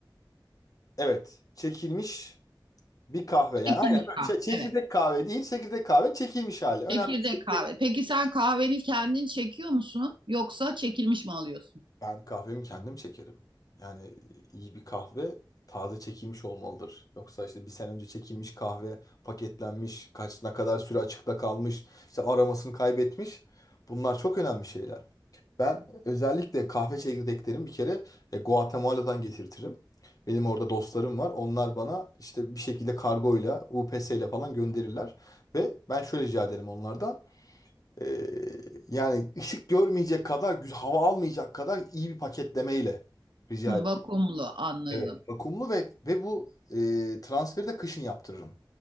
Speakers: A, on the left (about 45°); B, on the right (about 85°).
A: evet çekilmiş bir kahve. Yani
B: Çekilmiş
A: aynen öyle.
B: kahve.
A: Çe- çekirdek
B: Evet.
A: kahve değil çekirdek kahve çekilmiş hali. Önemli.
B: Çekirdek
A: Çekirdek
B: kahve. Peki sen kahveni kendin çekiyor musun? Yoksa çekilmiş mi alıyorsun?
A: Ben kahvemi kendim çekerim. Yani e, iyi bir kahve taze çekilmiş olmalıdır. Yoksa işte bir sene önce çekilmiş kahve paketlenmiş, kaç ne kadar süre açıkta kalmış, işte aromasını kaybetmiş. Bunlar çok önemli şeyler. Ben özellikle kahve çekirdeklerimi bir kere e, Guatemala'dan getirtirim. Benim orada dostlarım var. Onlar bana işte bir şekilde kargoyla, UPS ile falan gönderirler. Ve ben şöyle rica ederim onlardan. Ee, yani ışık görmeyecek kadar, güz- hava almayacak kadar iyi bir paketlemeyle rica
B: Hı,
A: ederim.
B: vakumlu anladım.
A: Evet. Vakumlu ve ve bu e, transferi de kışın yaptırırım.